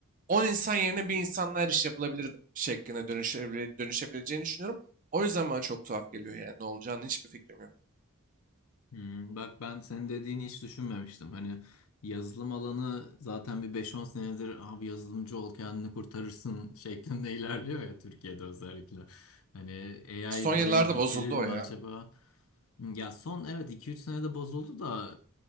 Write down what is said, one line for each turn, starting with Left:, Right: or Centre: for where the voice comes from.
Right: 10 insan yerine bir insanla her iş yapılabilir şekline dönüşebile, dönüşebileceğini düşünüyorum. O yüzden bana çok tuhaf geliyor yani ne olacağını hiçbir fikrim yok.
Left: Hmm, Bak ben senin dediğini hiç düşünmemiştim. Hani yazılım alanı zaten bir beş on senedir abi yazılımcı ol kendini kurtarırsın şeklinde <laughs> ilerliyor ya Türkiye'de özellikle. Hani AI
Right: Son yıllarda
Left: burayı bitirir
Right: bozuldu o
Left: mi
Right: ya.
Left: acaba? Ya son evet 2-3 senede bozuldu da